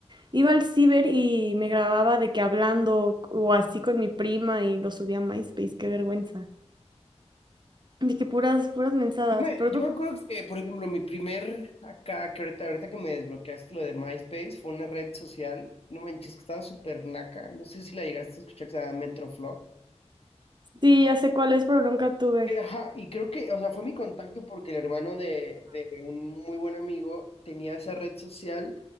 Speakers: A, on the right; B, on the left.
A: Iba al ciber y me grababa de que hablando o así con mi prima y lo subía a MySpace. Qué vergüenza. De que puras, puras mensadas.
B: Me-
A: Pero
B: yo
A: creo-
B: me acuerdo que, por ejemplo, mi primer acá, que ahorita, ahorita que me desbloqueaste lo de MySpace, fue una red social, no manches, que estaba súper naca, no sé si la llegaste a escuchar, que se llama Metroflog.
A: sí, ya sé cuál es, pero nunca tuve.
B: Que, Ajá, y creo que, o sea, fue mi contacto porque el hermano de, de un muy buen amigo tenía esa red social